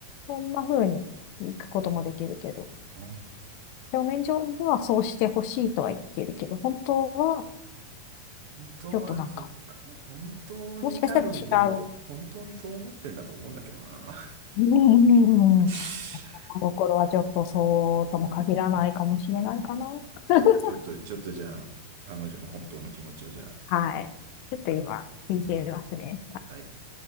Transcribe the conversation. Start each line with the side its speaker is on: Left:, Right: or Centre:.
Left: そんな風に聞くこともできるけど、
Right: あー
Left: 表面上ではそうしてほしいとは言ってるけど、本当は
Right: 本当は、
Left: ちょっとなんか、
Right: そっか。本当に多分、
Left: もしかしたら違う。
Right: でも、本当にそう思ってんだと思うんだけどな。
Left: うんうんうんうん
Right: <laughs>
Left: 心の頃はちょっとそうとも限らないかもしれないかな。<laughs>
Right: じゃあ、ちょっと、ちょっとじゃあ、彼女の本当の気持ちをじゃあ、
Left: はい。ちょっと今、聞いてますね。
Right: うん。はい、